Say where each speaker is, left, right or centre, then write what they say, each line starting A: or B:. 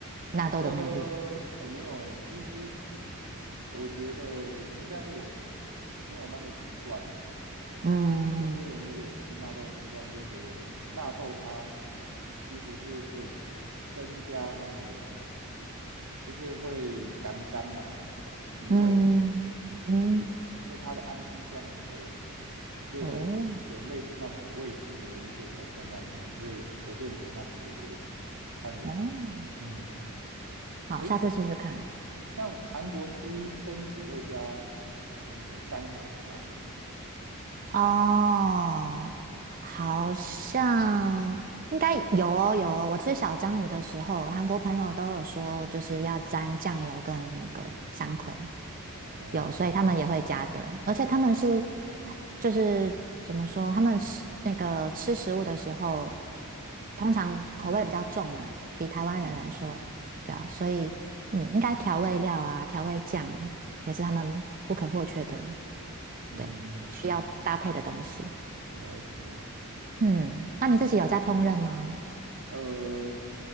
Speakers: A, on the right (about 40°); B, on the right (about 80°).
A: 纳豆的魅力。
B: 呃，哎，没有哎，其实我觉得应该是我没有那个习惯啦。
A: 嗯
B: 有些人如果有吃纳豆的习惯，就会觉得纳豆它其实是可以增加那个，就是会干干嘛提味，
A: 嗯嗯，
B: 嗯，因为它的氨基酸很多，所以就有类似那种味素的一些成分在里面，
A: 哦
B: 所以有些人觉得那很美味，它的
A: 哦，
B: 嗯。
A: 好，
B: 诶。
A: 下次试试看。
B: 像韩国吃生食会加那个山葵吗？
A: 哦，好像应该有哦，有哦。我吃小章鱼的时候，韩国朋友都有说，就是要沾酱油跟那个山葵，
B: 哦，
A: 有，所以他们也会加的。而且他们是，就是怎么说，他们吃那个吃食物的时候，通常口味比较重嘛，比台湾人来说，
B: 嗯，
A: 对啊，所以嗯，应该调味料啊，调味酱也是他们不可或缺的。
B: 嗯，
A: 对，需要搭配的东西。
B: 了解。
A: 嗯，那你自己有在烹饪吗？
B: 呃，